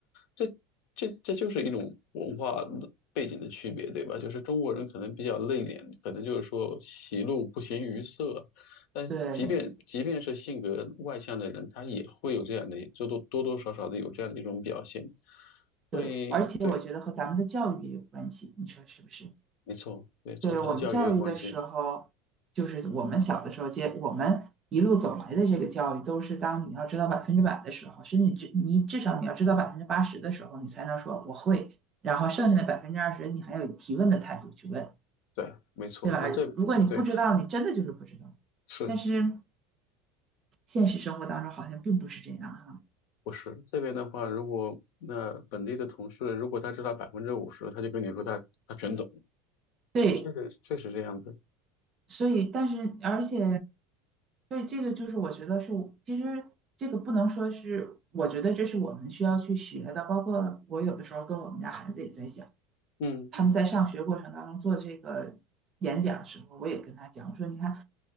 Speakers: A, on the left; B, on the right.
A: 这这这就是一种文化的背景的区别，对吧？就是中国人可能比较内敛，可能就是说喜怒不形于色，但即便即便是性格外向的人，
B: 对
A: 他也会有这样的，就多多多少少的有这样的一种表现。
B: 对，
A: 所以，
B: 而且我觉得和咱们的教育也有关系，
A: 对，
B: 你说是不是？
A: 没错，对，从小的教育也有关系。
B: 对我们教育的时候，就是我们小的时候接我们一路走来的这个教育，都是当你要知道百分之百的时候，甚至至你至少你要知道百分之八十的时候，你才能说我会，然后剩下的百分之二十，你还有提问的态度去问，
A: 对，没错。
B: 对吧？
A: 那这，
B: 如果你不知道，
A: 对，
B: 你真的就是不知道。
A: 是
B: 但是现实生活当中好像并不是这样哈。
A: 不是这边的话，如果那本地的同事，如果他知道百分之五十，他就跟你说他他全懂。
B: 对，
A: 对，确实确实这样子。
B: 所以但是而且，对这个就是我觉得是其实这个不能说是，我觉得这是我们需要去学的。包括我有的时候跟我们家孩子也在讲，
A: 嗯，
B: 他们在上学过程当中做这个演讲的时候，我也跟他讲，我说你看，